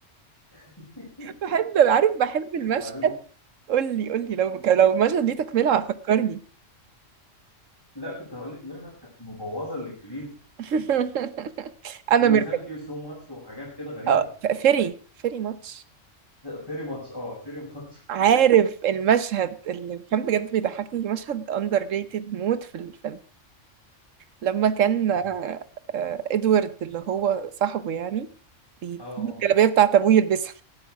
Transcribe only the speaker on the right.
بحب عارف بحب المشهد
قول لي قول لي لو كان- لو المشهد ليه تكمله فكرني
<laughs> انا
مركب
آه، ف- فيري فيري ماتش
عارف المشهد اللي كان بجد بيضحكني مشهد اندر ريتد موت في الفيلم لما كان
آه، آه، ادوارد اللي هو صاحبه يعني بيجيب
الجلابية بتاعت ابوه يلبسها